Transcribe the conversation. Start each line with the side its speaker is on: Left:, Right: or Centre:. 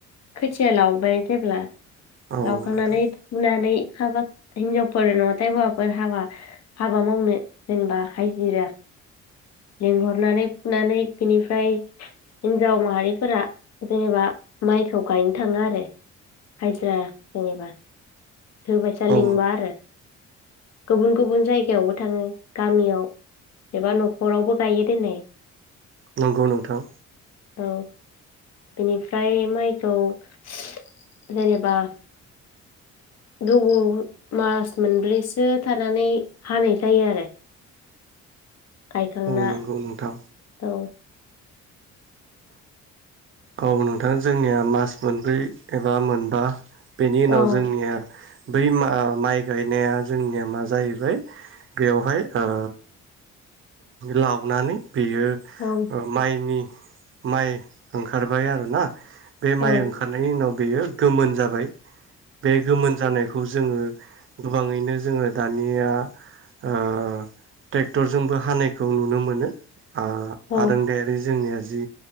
Left: खोथिया लावबाय जेब्ला
Right: औ
Left: लावखांनानै
Right: नोंथां
Left: फुनानै खाबा हिनजावफोर नङाथाय हौवाफोर हाबा, हाबा मावनो जेनेबा हायजिरा लेंहरनानै फुनानै बेनि फ्राय हिन जाव माहारिफोरा जेनेबा माइखौ गायनो थाङो आरो हाजिरा जेनेबा। होबायसा
Right: औ
Left: लिंबा आरो। गुबुन गुबुन जायगायावबो थाङो गामियाव एबा न' रावबो गायो दोनै।
Right: नोंगौ नोंथां।
Left: औ बेनिफ्राय माइखौ जेनेबा <unintelligible> मास मोनब्रैसो थानानै हानाय जायो आरो। गायखांना
Right: औ नंगौ नोंथां
Left: औ।
Right: औ नोंथां जोंनिया मास मोनब्रै एबा मोनबा बेनि उनाव
Left: औ
Right: जोंनिया बै मा माइ गायनाया जोंनिया मा जाहैबाय बेयावहाय ओ लावनानै बेयो
Left: औ
Right: ओ माइनि माइ ओंखारबाय आरो ना। बे
Left: औ
Right: माइ ओंखारनायनि उनाव बेयो गोमोन जाबाय। बे गोमोन जानायखौ जोङो गोबाङैनो जोङो दानिया ओ ट्रेक्टर जोंबो हानायखौ नुनो मोनो। आ
Left: औ
Right: आरोंदायारि जोंनिया जि